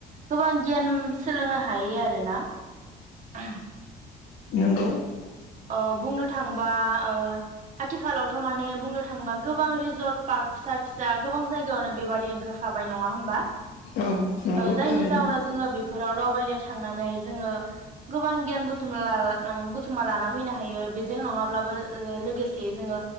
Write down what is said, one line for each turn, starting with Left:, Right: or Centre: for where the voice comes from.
Right: गोबां गियान सोलोंनो हायो आरोना <unintelligible>
Left: नोंगौ।
Right: अ बुंनो थाङोबा ओ आथिखालावथ' माने बुंनो थाङोबा गोबां रिजर्ट पार्क फिसा फिसा गोबां जायगायावनो बेबादि ओंखारखाबाय नङा होमबा।
Left: औ नंगौ
Right: जायनि
Left: थारैनो
Right: जाउनाव जोङो बेफोराव दावबायनो थांनानै जोङो गोबां गियान <unintelligible> फैनो हायो बेजों नङाब्लाबो लोगोसेै जोङो